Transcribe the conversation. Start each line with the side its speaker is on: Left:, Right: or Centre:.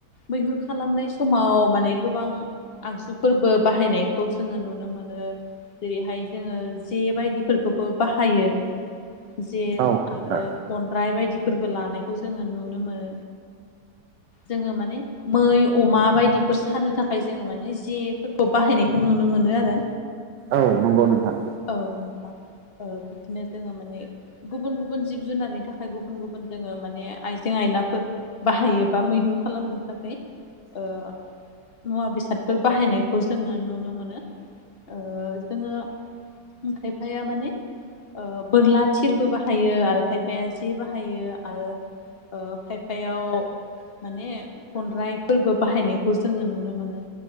Left: मैहुर खालामनाय समाव माने गोबां आगजुफोरबो बाहायनायखौ जोङो नुनो मोनो। जेरैहाय जोङो जे बायदिफोरखौबो बाहायो। जे
Right: औ नोंथां
Left: आरो खनद्राय बायदिफोरबो लानायखौ जोङो नुनो मोनो। जोङो माने मै अमा बायदिफोर सानो थाखाय जोङो माने जेफोरखौ बाहायनायखौ नुनो मोनो आरो।
Right: औ नंगौ नोंथां।
Left: औ नोंथां ओ बिदिनो जोङो माने गुबुन गुबुन जिब जुनारनि थाखाय गुबुन गुबुन गुबुन जोङो माने आइजें आयलाफोर बाहायोबा मैहुर खालामनो थाखाय ओ मुवा बेसादफोर बाहायनायखौ जोङो नुनो मोनो ओ जोङो खायफाया माने ओ बोरला थिरबो बाहायो आरो खायफाया जे बाह बाहायो आरो ओ खायफायाव माने गनद्राय फोरबो बाहायनायखौ जोङो नुनो मोनो